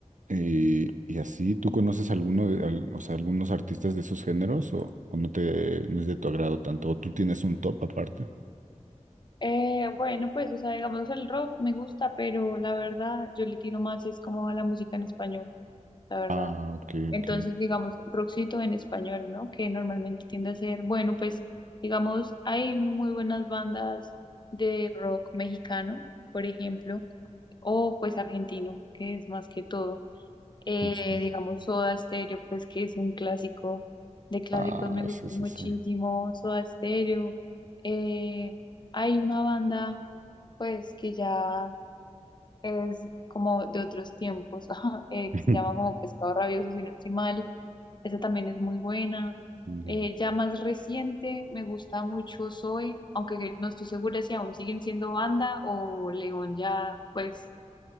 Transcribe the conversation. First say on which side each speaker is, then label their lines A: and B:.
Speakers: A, on the right; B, on the left.
A: Y, y así, ¿tú conoces alguno de, al- o sea, algunos artistas de esos géneros o, o no te, no es de tu agrado tanto? ¿O tú tienes un top aparte?
B: Eh, bueno, pues, o sea, digamos, el rock me gusta, pero la verdad, yo le tiro más, es como a la música en español, la verdad.
A: Ah, ok,
B: Entonces,
A: ok.
B: digamos, rockcito en español, ¿no? Que normalmente tiende a ser, bueno, pues, digamos, hay muy buenas bandas de rock mexicano, por ejemplo, o pues argentino, que es más que todo. Eh,
A: Justo.
B: digamos, Soda Stereo, pues que es un clásico de clásicos,
A: Ah,
B: me gusta
A: sí, sí,
B: muchísimo
A: sí.
B: Soda Stereo. Eh, hay una banda, pues, que ya es como de otros tiempos, <laughs> eh, que
A: <laughs>
B: se llama como Pescado Rabioso, si no estoy mal esa también es muy buena.
A: Ya,
B: Eh, ya más reciente, me gusta mucho Zoe, aunque que no estoy segura si aún siguen siendo banda o León ya pues